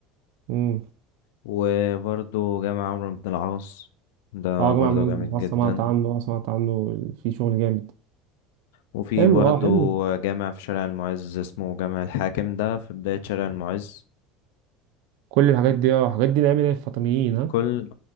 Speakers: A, on the right (about 75°); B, on the left (about 85°).
A: امم
B: وبرضه جامع عمرو بن العاص ده
A: اه يا
B: برضه
A: جماعه بيقولوا-
B: جامد
A: آه،
B: جدا
A: سمعت عنه اه سمعت عنه في شغل جامد
B: وفي
A: حلو
B: برضه
A: اه حلو
B: جامع في شارع المعز اسمه جامع الحاكم ده في بداية شارع المعز
A: كل الحاجات دي اه الحاجات دي نعمل ايه الفاطميين ها
B: كل